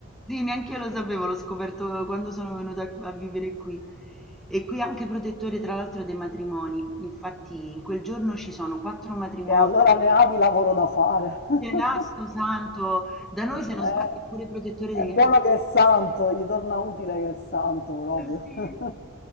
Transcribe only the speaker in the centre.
sì, neanche io lo sapevo, l'ho scoperto quando sono venuta a vivere qui. E qui anche protettore, tra l'altro, dei matrimoni. Infatti, in quel giorno ci sono quattro matrimoni.
Che nasto santo! Da noi,
se non sbaglio, è pure protettore degli
animali.
Sì.